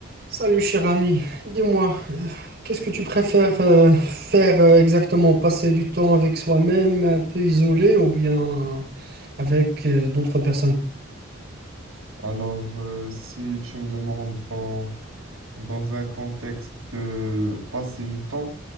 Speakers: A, on the right (about 50°); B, on the right (about 85°).
A: Salut cher ami, dis-moi, euh, qu'est-ce que tu préfères euh, faire euh, exactement? Passer du temps avec soi-même, un peu isolé, ou bien avec euh, d'autres personnes?
B: Alors, euh, si tu me demandes dans, dans un contexte de passer du temps,